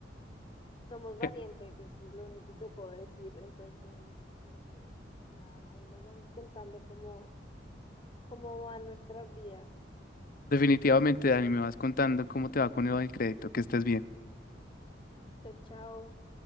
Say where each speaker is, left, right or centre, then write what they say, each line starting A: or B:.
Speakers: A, on the left; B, on the left.
A: somos valientes,
B: <laughs>
A: eso es lo único que puedo decir. Entonces, eh, nada, ahí nos vamos contando cómo, cómo van nuestras vidas.
B: definitivamente, Dani, me vas contando cómo te va con el crédito, que estés bien.
A: Listo, chao.